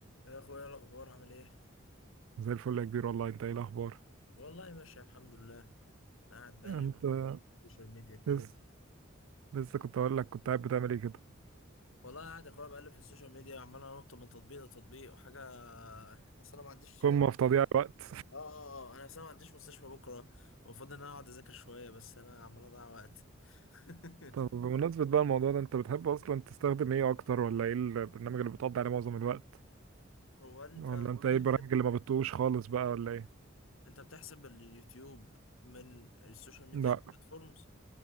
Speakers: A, on the left (about 80°); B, on the right (about 85°).
A: يا اخويا إيه الاخبار عامل ايه
B: زي الفل يا كبير والله انت ايه الاخبار
A: والله ماشي الحمد لله انا قاعد بقلب
B: انت الحمد لله
A: في السوشيال ميديا كده
B: كله لسه لسه كنت اقول لك كنت قاعد بتعمل ايه كده
A: والله قاعد يا اخويا بقلب في السوشيال ميديا عمال انط من تطبيق لتطبيق وحاجه اصل انا ما عنديش
B: قمة
A: اه
B: في تضييع الوقت
A: اه آه، آه، انا اصلا ما عنديش مستشفى بكره المفروض ان انا اقعد اذاكر شويه بس انا عمال اضيع وقت <laughs>
B: <laughs> طب بمناسبة بقى الموضوع ده انت بتحب اصلا تستخدم ايه اكتر ولا ايه البرنامج اللي بتقضي عليه معظم الوقت
A: هو انت
B: ولا انت
A: بتحسب
B: ايه والله البرامج اللي ما بتطوش خالص بقى ولا ايه
A: انت بتحسب اليوتيوب من السوشيال ميديا
B: لا
A: بلاتفورمز